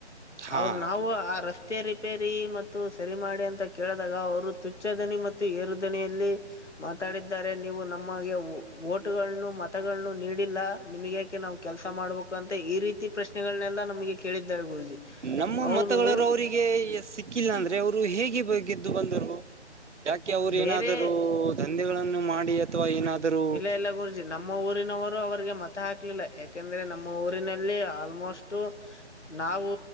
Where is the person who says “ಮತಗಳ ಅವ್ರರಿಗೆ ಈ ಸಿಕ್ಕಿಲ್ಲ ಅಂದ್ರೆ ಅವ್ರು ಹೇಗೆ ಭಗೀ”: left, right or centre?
Right